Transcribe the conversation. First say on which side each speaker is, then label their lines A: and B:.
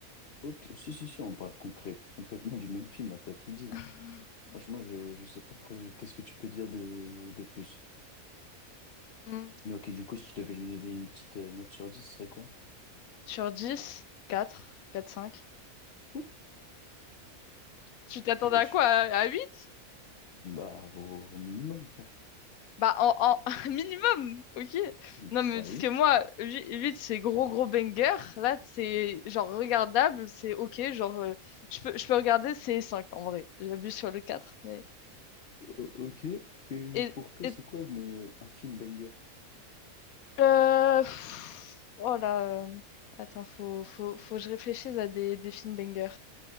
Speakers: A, on the left; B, on the left.
A: Ok, si, si, si, on parle concret, complètement du même film, là, t'as tout dit, là.
B: <laughs>
A: Franchement, je, je sais pas quoi- qu'est-ce que tu peux dire de, de plus.
B: Mmh.
A: Mais ok, du coup, si tu devais lui donner une petite euh, note sur dix, ce serait quoi?
B: Sur dix, quatre, quatre cinq.
A: Quoi?
B: Tu t'attendais
A: Wesh.
B: à quoi? À huit
A: Bah, au, au minimum, frère.
B: Bah, en, en- <laughs> un minimum, ok?
A: Mm,
B: Non, mais
A: Bah
B: parce
A: oui.
B: que moi, 8 c'est gros, gros banger. Là, c'est genre regardable, c'est ok. Genre, euh, je peux, je peux regarder, c'est 5 en vrai. J'abuse sur le 4 mais.
A: O- Ok. Et
B: Et,
A: pour toi,
B: et
A: c'est quoi une, un film banger?
B: euh, pff, oh là. euh, Attends, faut, faut, faut que je réfléchisse à des, des films banger.